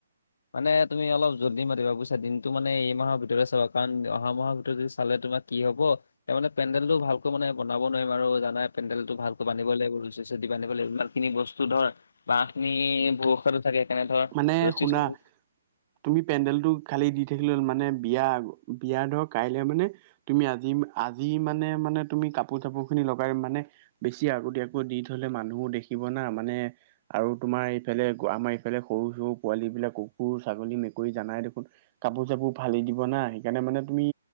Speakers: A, on the left; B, on the right.
A: মানে তুমি অলপ যল্দি মাতিবা বুজিছা, দিনটো মানে এইমাহৰ ভিতৰতে চাবা, কাৰণ অহা মাহৰ ভিতৰত যদি চালে তোমাক কি হ'ব? তাৰ মানে পেন্দেল টো ভালকৈ মানে বনাব নোৱাৰিম, আৰু জানাই পেণ্ডেল ভালকৈ বান্ধিব লাগিব। ৰচী চচী বন্ধিব লাগিব। খিনি বস্তু ধৰ, বাহ খিনি বৰষুণতো থাকে। সেইকাৰণে ধৰ
B: মানে,
A: ৰছী
B: শুনা!
A: চছী
B: তুমি পেণ্ডেলটো খালি দি থাকিল হ'ল। মানে বিয়া, বিয়া ধৰ কাইলে মানে তুমি আজি, আজি মানে মানে তুমি কাপোৰ চাপোৰ খিনি লগাই মানে। বেছি আগতীয়াকৈ দি থ'লে মানুহো দেখিব না', মানে আৰু তোমাৰ এইফালে আমাৰ এইফালে সৰু সৰু পোৱালী বিলাক, কুকুৰ, ছাগলী, মেকুৰী জানাই দেখোন। কাপোৰ চাপোৰ ফালি দিব না', সেইকাৰণে মানে তুমি